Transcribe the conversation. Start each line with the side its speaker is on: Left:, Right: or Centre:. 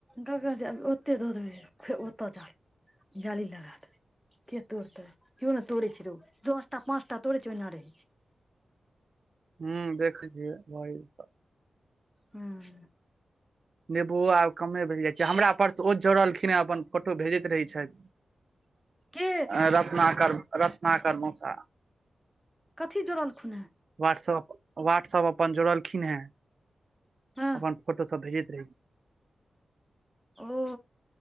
Centre: गगा जेब ओते दौड़ देबै ओतऽ जा जाली लगा देबै के तोड़तै केओ नहि तोड़ै छै रौ दस टा पाँच टा तोड़ै छै ओहिना रहै छै <inaudible>
Right: हू देखियलिए भ <inaudible>
Centre: हम्म
Right: नेबोओ आब कमे भे जाइ छै हमरा पर ओ जोड़लखिन हे अपन फोटो भेजैत रहै छथि
Centre: के
Right: रतनाकर रतनाकर मउसा
Centre: कथी जोड़लखुन हें
Right: वाटसप वाटसप अपन जोड़लखिन है
Centre: हँ
Right: अपन फोटो सब भेजैत रहै <inaudible>
Centre: ओ